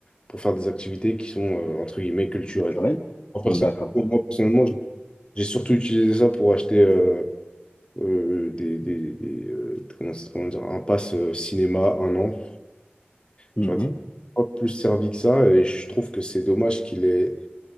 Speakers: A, on the left; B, on the left.
A: pour faire des activités qui sont, euh, entre guillemets, culturelles.
B: culturel
A: Moi,
B: d'accord
A: personnellement, moi, personnellement, j'ai surtout utilisé ça pour acheter, euh, euh, des, des, des, euh, comment, comment dire, un pass euh, cinéma, un an.
B: Mhm.
A: Tu vois, pas plus servi que ça. Et je trouve que c'est dommage qu'il ait,